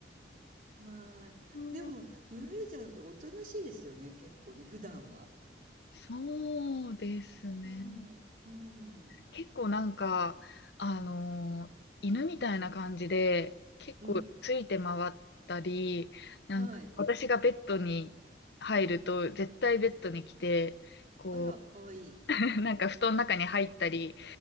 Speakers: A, on the right (about 45°); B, on the left (about 65°).
A: はい。
B: うん
A: でも、ノルウェージャンっておとなしいですよね、結構ね、普段は。
B: そうですね。
A: うん、うん、
B: 結構なんか、あのー犬みたいな感じで、結構ついて回ったり、
A: うん、
B: なんか私がベッドに入ると、
A: はい。
B: 絶対ベッドに来て、こう、
A: あら、かわいい。
B: <laughs> なんか布団の中に入ったり、